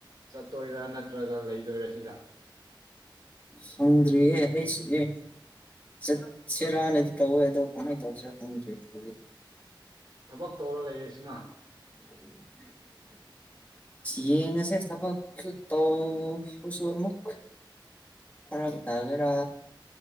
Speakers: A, on the right (about 60°); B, on the left (about 20°).
A: ꯆꯠꯇꯣꯏꯔꯥ ꯅꯠꯇ꯭ꯔꯒ ꯂꯩꯗꯣꯏꯔꯥ ꯁꯤꯗ
B: ꯁꯪꯗ꯭ꯔꯤꯌꯦ ꯑꯩꯁ ꯑꯦ ꯆꯠꯁꯤꯔꯅꯗꯤ ꯇꯧꯋꯦ ꯑꯗꯣ ꯀꯃꯥꯏ ꯇꯧꯁꯤꯔꯥ ꯈꯪꯗ꯭ꯔꯤ ꯍꯧꯖꯤꯛ
A: ꯊꯕꯛ ꯇꯧꯔ ꯂꯩꯔꯁꯤꯅ
B: <unintelligible> ꯌꯦꯡꯉꯁꯦ ꯊꯕꯛꯁꯨ ꯇꯧꯕꯁꯨ ꯑꯃꯨꯛ ꯐꯥꯔꯛ ꯇꯥꯒꯦꯔ